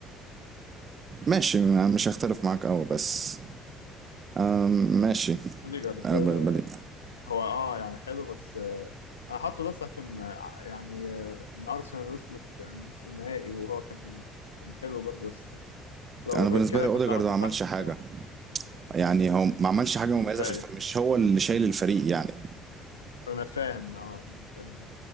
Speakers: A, on the right (about 40°); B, on the left (about 80°).
A: ماشي م- مش هختلف معاك قوي بس م- ماشي
B: أوديجارد
A: انا
B: ده
A: بالنسبة لي
B: هو آه يعني حلو بس آه أنا حاطه بس عشان آه، يعني آه، إن أرسنال وصلت آه، نص النهائي وهو كان كان حلو برضه بس لو
A: انا بالنسبه
B: غير كده
A: لي اوديجارد
B: كنت هحطه
A: ما عملش
B: تحت
A: حاجه
B: بصراحة
A: يعني هو ما عملش حاجه
B: أنا
A: مميزه
B: مش شايف
A: في الفريق مش هو اللي شايل الفريق يعني
B: أنا فاهم آه فاهم.